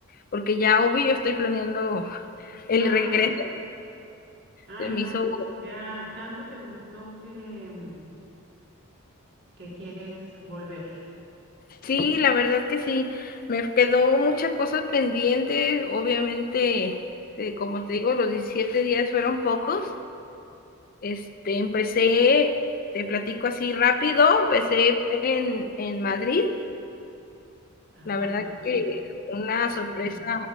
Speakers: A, on the left (about 40°); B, on the right (about 55°).
A: porque ya obvio estoy planeando el
B: Ah,
A: regreso,
B: ah,
A: se
B: entonces
A: me hizo
B: ya tanto te gustó que, mm, que quieres volver.
A: Sí, la verdad que sí. Me quedó muchas cosas pendientes. Obviamente, te- como te digo, los 17 días fueron pocos. Este, empecé, te platico así rápido, empecé en, en Madrid.
B: Ay,
A: La verdad
B: bien.
A: que una
B: Este,
A: sorpresa